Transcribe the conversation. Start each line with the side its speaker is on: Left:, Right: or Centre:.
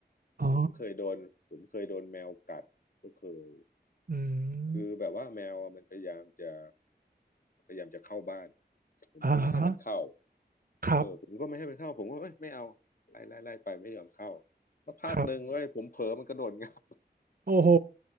Right: อ๋อ
Left: ผมเคยโดนผมเคยโดนแมวกัดก็เคย
Right: อื
Left: คือแบบว่าแมวอะมันพยายามจะ
Right: ม
Left: พยายามจะเข้าบ้านผมก็ไม่ให้มันเข้า
Right: อ่าฮะครับ
Left: เออผมก็ไม่ให้มันเข้าผมก็เอ้ยไม่เอาไล่ไล่ไล่ไปไม่ยอมเข้าสักพักหนึ่งเว้ยผมเผลอมันกระโดดงับ
Right: ครับโอ้โห